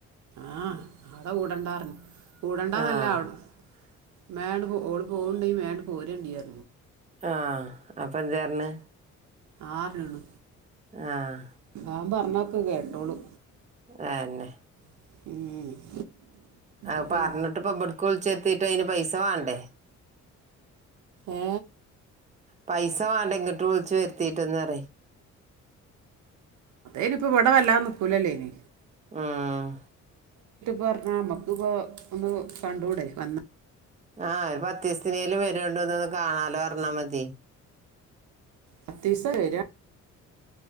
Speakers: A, on the right; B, on the right.
A: ആഹ അവിടെ കൂടണ്ടാറരുന്നു കൂടണ്ടന്നല്ല
B: ആഹ്
A: അവിട മേണ്ട പോ ഓ പോകണ്ട മേണ്ട പോവ രണ്ടി അ
B: ആഹ അപ്പൊ എന്തായി പറഞ്ഞെ
A: ആറാണ്
B: ആഹ
A: ഞാൻ പറഞ്ഞൊക്കെ കേട്ടോളൂ
B: അന്നേ
A: ഉം
B: അ
A: ഇപ്പം
B: പറഞ്ഞിട്ട് ഇബടക്ക് വിളിച്ചര്ത്തീട്ട് അയിന് പൈസ വാണ്ടേ
A: ഏ
B: പൈസ വാണ്ടെ ങ്ങട്ട് വിളിച്ചു വരുത്തിട്ട്ന്നറിയെ
A: ഇനിയിപ്പം വടവല്ലാദെ നിക്കൂലല്ലയ്ന്
B: ആഹ
A: പറഞ്ഞ മ്മക്ക് ഇപ്പോ ഒന്ന് കണ്ടൂടെ വന്ന
B: ആഹ ഒരു പത്ത് ദിവസ്ത്തിനേലും വരണ്ടോന്ന് കാണാലോ പർഞ്ഞാ മതി
A: പത്തീസ വരാ